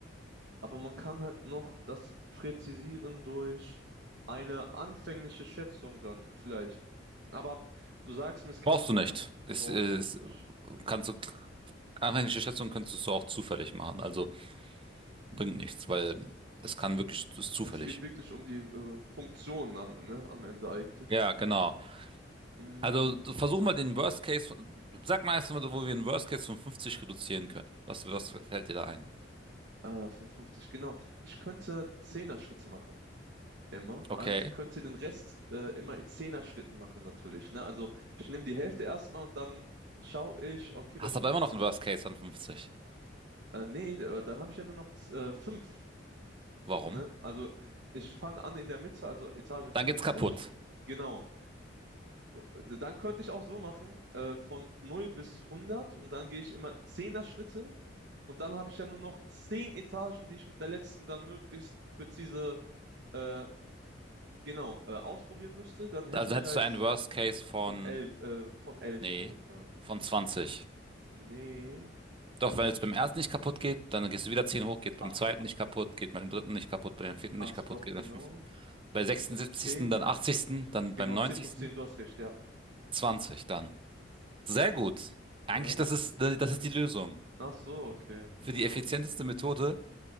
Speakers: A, on the right; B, on the right.
A: Aber man kann halt noch das präzisieren durch eine anfängliche Schätzung dann vielleicht. Aber du sagst mir, es kann,
B: Brauchst du nicht. Das
A: brauche
B: ist,
A: ich nicht.
B: kannst du, anfängliche Schätzungen kannst du so auch zufällig machen. Also bringt nichts, weil es kann wirklich, es ist zufällig.
A: Es geht wirklich um die äh, Funktionen an, ne, am Ende eigentlich.
B: Ja, genau.
A: Mm,
B: Also du- versuch mal den Worst Case, von- sag mal erst mal, so, wo wir den Worst Case von 50 reduzieren können. Was, was fällt dir da ein?
A: äh, 55, genau. Ich könnte Zehner-Schritte machen. Immer.
B: Okay.
A: Also ich könnte den Rest äh, immer in Zehner-Schritten machen natürlich. Ne? Also ich nehme die Hälfte erstmal und dann schaue ich, okay,
B: Hast
A: bei 50.
B: aber immer noch einen Worst Case von 50.
A: Äh, nee, äh, dann habe ich ja nur noch äh, 5.
B: Warum?
A: Ne? Also ich fange an in der Mitte, also Etage
B: Dann
A: 50.
B: geht's kaputt.
A: Genau. Dann könnte ich auch so machen, äh, von 0 bis 100 und dann gehe ich immer 10 Schritte und dann habe ich ja nur noch 10 Etagen, die ich mit der letzten dann möglichst präzise äh, genau äh, ausprobieren müsste. Dann hätte
B: Also
A: ich
B: hättest
A: halt
B: du einen Worst Case von,
A: von elf äh, von elf
B: nee,
A: ungefähr.
B: von 20.
A: Nee,
B: Doch, wenn es
A: ich,
B: beim ersten nicht kaputt geht, dann gehst du wieder 10 hoch, geht beim
A: ah,
B: zweiten nicht kaputt, geht beim dritten nicht kaputt, beim vierten
A: ach
B: nicht kaputt,
A: so doch,
B: geht
A: genau.
B: beim fünften. Bei
A: Das
B: 76.,
A: sind 10
B: dann 80., dann
A: genau,
B: beim 90.,
A: 10 plus 10. du hast recht, ja.
B: 20 dann. Sehr
A: Ja,
B: gut. Eigentlich,
A: ja, das
B: das ist,
A: ist
B: das ist die Lösung.
A: Ach so, okay.
B: Für die
A: Na
B: effizienteste
A: gut.
B: Methode